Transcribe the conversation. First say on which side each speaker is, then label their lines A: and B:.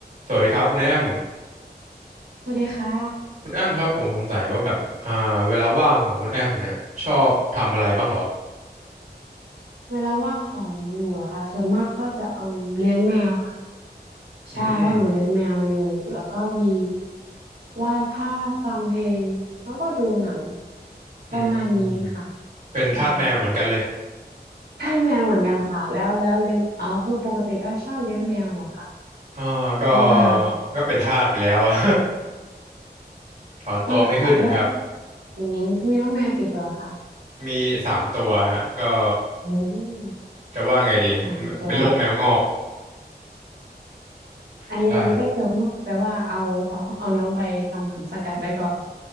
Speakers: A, on the right; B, on the right.
A: สวัสดีครับคุณแอม
B: สวัสดีค่ะ
A: คุณแอมครับผมสงสัยว่าแบบอ่าเวลาว่างของคุณแอมเนี่ยชอบทำอะไรบ้างเหรอ
B: เวลาว่างของหนูเหรอคะส่วนมากก็จะเอมเลี้ยงแมวค่ะ
A: อืม
B: ใช่เพราะหนูเลี้ยงแมวอยู่แล้วก็มีวาดภาพฟังเพลงแล้วก็ดูหนัง
A: อืม
B: ประมาณนี้ค่ะ
A: เป็นทาสแมวเหมือนกันเลย
B: ใช่ทานแมวเหมือนกันค่ะแล้วแล้วเลี้ยงเอาคือปกติก็ชอบเลี้ยงแมวเหรอคะ
A: อ่าก็
B: ว่าง
A: ก็เป็นทาสไปแล้วอะ <laughs>
B: ๆ
A: ถอนตัวไม่ขึ้นครับ
B: <laughs> ก็เอาแล้วอืมมีน้องแมวกี่ตัวคะ
A: มีสามตัวฮะก็
B: อืม
A: จะว่าไงดี
B: สามตัว
A: เป็นโรคแมวงอก
B: อันนี้อันนี้ก็เกือบงอกแปลว่าเอาเอาเอาน้องไปทำหมันสกัดไว้ก่อน
A: ใช่